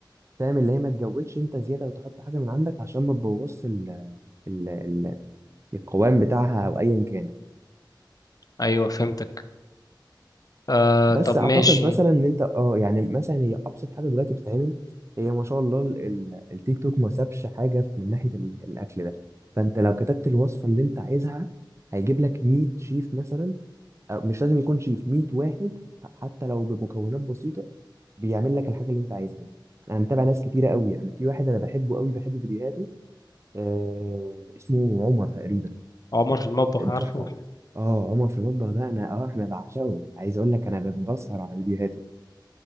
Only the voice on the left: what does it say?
ايوه فهمتك آه
طب
ماشي
عمر في المطبخ عارفه